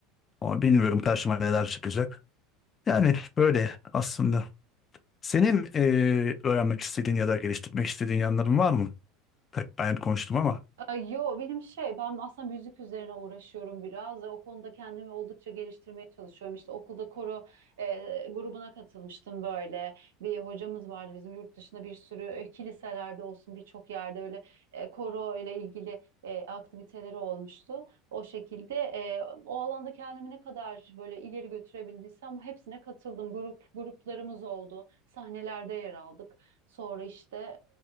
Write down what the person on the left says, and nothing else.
Ama bilmiyorum karşıma neler çıkacak. Yani böyle aslında. Senin eee, öğrenmek istediğin ya da geliştirmek istediğin yanların var mı? Tabii ben konuştum ama.